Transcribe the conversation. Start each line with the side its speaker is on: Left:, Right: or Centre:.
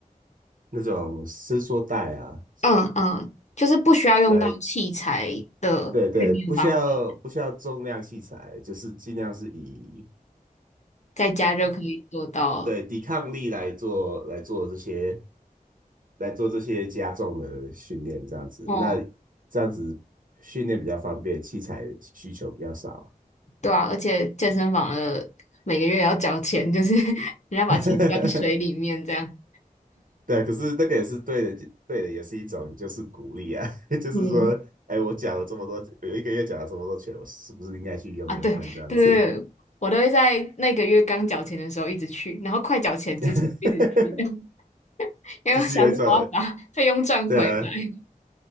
Right: 那种伸缩带啊
Left: 嗯嗯，就是不需要用到器材的训练方法，
Right: 来。对对，不需要不需要重量器材，就是尽量是以
Left: 在家就可以做到。
Right: 对抵抗力来做来做这些来做这些加重的训练，这样子，
Left: 哦，
Right: 那这样子训练比较方便，器材需求比较少。
Left: 对啊，而且健身房的每个月要缴钱，就是 <laughs> 人家把钱捐水里面这样。
Right: <laughs> 对，可是那个也是对的，对的，也是一种就是鼓励啊，<laughs> 就是说，
Left: 嗯
Right: 哎，我讲了这么多，有一个月讲了这么多钱，我是不是应该去用用看这样子？
Left: 啊，对对对，对我都会在那个月刚缴钱的时候一直去，然后快缴钱之前一直去，
Right: <laughs>
Left: <laughs> 因为我想说我要把
Right: 就是有一种
Left: <laughs> 费用赚回来。
Right: 的
Left: <laughs>